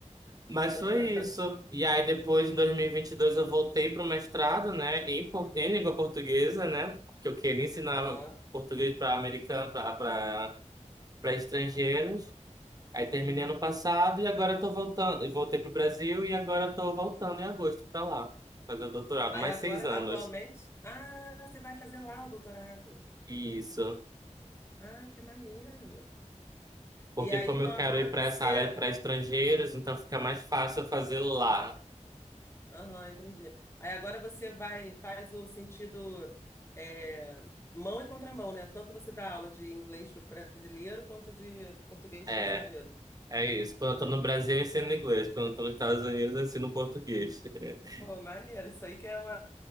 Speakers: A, on the right (about 30°); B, on the left (about 20°).
A: Mas
B: <laughs>
A: foi isso. E aí depois, em 2022, eu voltei pro mestrado, né? Em, por- em língua portuguesa, né? Porque eu queria ensinar
B: Aham.
A: português para americano, para estrangeiros. Aí terminei ano passado e agora tô voltando. e Voltei pro Brasil e agora tô voltando em agosto pra lá. Fazer o doutorado,
B: Aí
A: mais
B: agora,
A: seis anos.
B: atualmente, ah, você vai fazer lá o doutorado.
A: Isso.
B: Ah, que maneiro.
A: Porque
B: E aí,
A: como
B: então,
A: eu
B: agora
A: quero ir
B: você.
A: pra essa área pra estrangeiros, então fica mais fácil eu fazer lá.
B: Aham, entendi. Aí agora você vai, faz o sentido é, mão e contramão, né? Tanto você dá aula de inglês para brasileiro quanto de português
A: É,
B: para estrangeiro.
A: é isso. Quando eu
B: Ai,
A: tô no Brasil, eu ensino
B: ma-
A: inglês. Quando eu tô nos Estados Unidos, eu ensino português. <laughs>
B: Pô, maneiro. Isso aí que é uma,